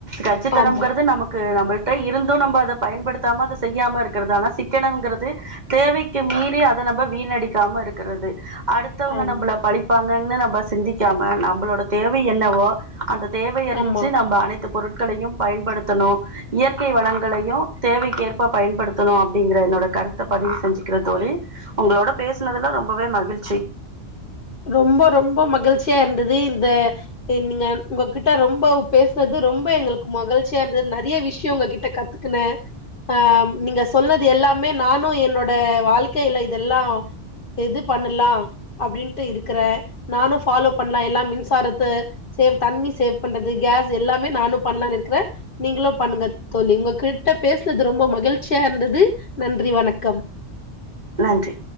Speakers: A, on the right (about 35°); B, on the left (about 50°).
A: கஞ்சத்தனம்ங்கிறது
B: ஆமா
A: நமக்கு நம்மளுக்கு இருந்து நம்ம அதை பயன்படுத்தாம அதை செய்யாம இருக்கிறது ஆனா சிக்கனங்கிறது தேவைக்கு மீறி அதை நம்ம வீணடிக்காம இருக்கிறது அடுத்தவங்க
B: ஆமா
A: நம்மளை பலிப்பாங்கன் ன்ன நம்ப சிந்திக் க்காம நம்மளோட தேவை என்னவோ அந்த தேவை அறிஞ்சு
B: ஆமா
A: நம்ம அனைத்து பொருட் ட்களையும் பயன்படுத்தணு இயற்கை வளங்களையும் தேவைக்கேற்ப பயன்படுத்தணு அப்படிங்கிற என்னோட கருத்தை பதிவு செஞ்சுக்கிறேன் தோழி உங்களோட பேசினதுல ரொம்பவே மகிழ்ச்சி
B: ரொம்ப ரொம்ப மகிழ்ச்சியா இருந்தது இந்த நீங்க உங்ககிட்ட ரொம்ப பேசினது ரொம்ப எங்களுக்கு மகிழ்ச்சியா இருந்தது நிறைய விஷயம் உங்ககிட்ட கத்துக்கனேன் ஆஹ் நீங்க சொன்னது எல்லாமே நானும் என்னோட வாழ்க்கையில இதெல்லா இது பண்ணலா அப்படின்னு இருக்கற நானும் ஃபாலோ பண்ணலா எல்லாம் மின்சாரத்தை சேவ் தண்ணி சேவ் பண்றது கேஸ் எல்லாமே நானும் பண்ணலாம்னு இருக்கிறேன் நீங்களு பண்ணுங்க தோழி உங்க கிட்ட பேசனது ரொம்ப மகிழ்ச்சியா இருந்தது நன்றி வணக்கம்
A: நன்றி